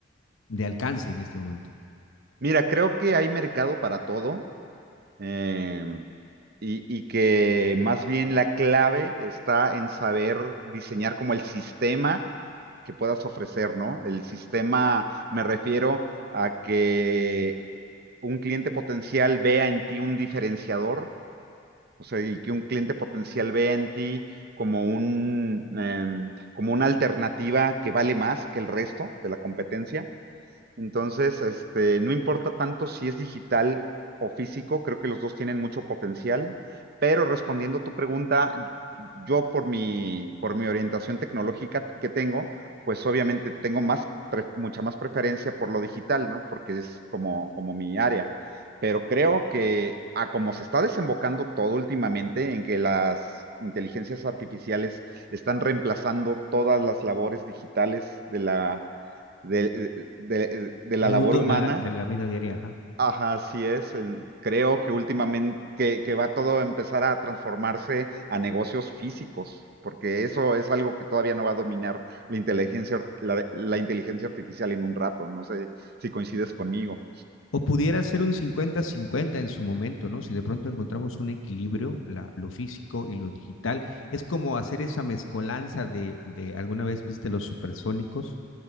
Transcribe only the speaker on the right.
Mira, creo que hay mercado para todo eh, y, y que más bien la clave está en saber diseñar como el sistema que puedas ofrecer, ¿no? El sistema, me refiero a que un cliente potencial vea en ti un diferenciador O sea, y que un cliente potencial ve en ti como un, em, como una alternativa que vale más que el resto de la competencia. Entonces, este, no importa tanto si es digital o físico, creo que los dos tienen mucho potencial, pero respondiendo a tu pregunta, yo por mi, por mi orientación tecnológica que tengo, pues obviamente tengo más, pre- mucha más preferencia por lo digital, ¿no? Porque es como, como mi área. Pero creo que a como se está desembocando todo últimamente en que las inteligencias artificiales están reemplazando todas las labores digitales de la de, de- de la
labor
humana.
Ajá, así es. en- creo que últimamente que, que va todo a empezar a transformarse a negocios físicos, porque eso es algo que todavía no va a dominar la inteligencia, ar- la, la inteligencia artificial en un rato. No sé si coincides conmigo.